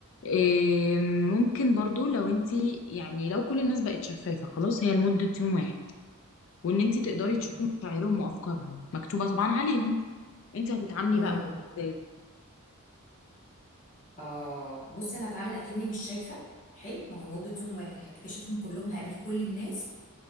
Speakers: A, on the left (about 60°); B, on the left (about 35°).
A: إيه ممكن برضو لو انتي يعني لو كل الناس بقت شفافه خلاص هي لمده يوم واحد وان انتي تقدري
B: امم
A: تشوفي مشاعرهم وافكارهم مكتوبه طبعا عليهم انتي هتتعاملي
B: امم
A: بقى مع ازاي
B: آه بصي انا هتعامل اكني مش شايفه حلو ما هو لمده يوم واحد هكتشفهم كلهم هقابل كل الناس